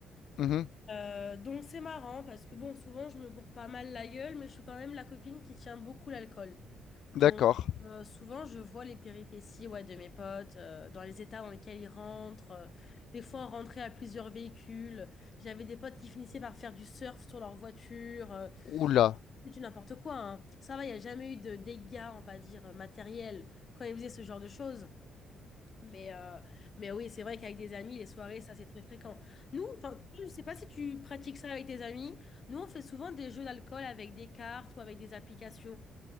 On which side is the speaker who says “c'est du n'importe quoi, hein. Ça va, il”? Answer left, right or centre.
Left